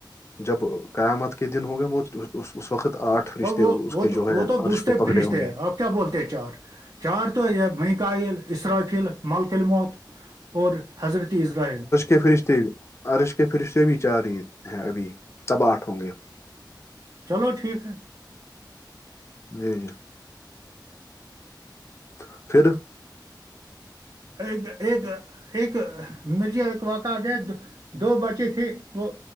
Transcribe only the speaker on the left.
جب قیامت کے دن ہو گئے وہ اس وقت آٹھ رشتے
اس
کے
جو ہے
عرش
کو پکڑے
ہوں گے
فریشے عرض کے پھر اس سے بھی چار رہی ہیں ابھی تب آٹھ ہوں گے
<inaudible> <unintelligible>